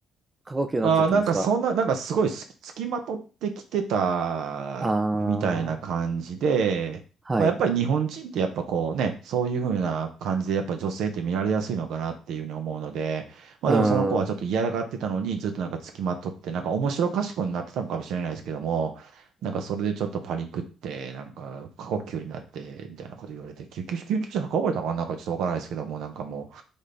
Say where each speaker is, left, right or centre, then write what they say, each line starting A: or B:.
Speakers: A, on the right; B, on the right.
A: 過呼吸になっちゃったんですか
B: ああ、なんかそんな、なんかすごいすき付きまとってきてたみたいな感じで、
A: ああー、はい。
B: まあやっぱり日本人ってやっぱこうね、そういうふうな感じでやっぱ女性って見られやすいのかなっていうふうに思うので、まあでもその子はちょっと嫌がってたのにずっとなんか付きまとって、
A: うん、うん、
B: なんか面白かしこになってたのかもしれないですけども、なんかそれでちょっとパニックって、なんか過呼吸になってみたいなこと言われて、救急、救急車運ばれたのかななんかちょっとわからないですけども、なんかもう、